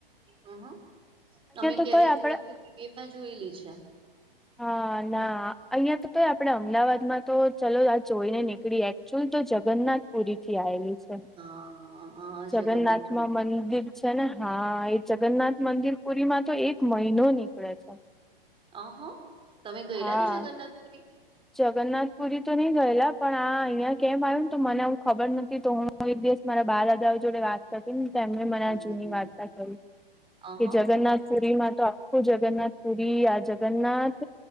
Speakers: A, on the right; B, in the centre.
A: હ હ અમે ક્યારે
B: તો તોય
A: જોય
B: આપડે
A: લ એમાં જોયેલી છે.
B: હા ના અહિયાં તો ક આપડે અમદાવાદમાં તો ચાલ આ જોઈ ને નીકળી ચુલ તો જગન્નાથ પુરી થી આવેલી છે.
A: હા હા
B: જગન્નાથ
A: જગન્નાથપુરી
B: માં
A: થી
B: મંદિર છે, ને હા એ જગન્નાથ મંદિર પુરીમાં તો એક મહિનો નીકળે છે.
A: અહા તમે ગયેલા
B: હા
A: છો જગન્નાથપુરી
B: જગન્નાથપુરી તો નહી ગયેલા પણ આ અહિયાં કેમ આવ્યું ને તો મને આવું ખબર નથી તો હું હું એક દિવસ મારા બા દાદાઓ જોડે વાત તેમને મને
A: હમ્મ
B: જુની વાર્તા કરી
A: અહ
B: કે જગન્નાથ પુરી માં તો આખું જગન્નાથ પુરી આ જગનાથ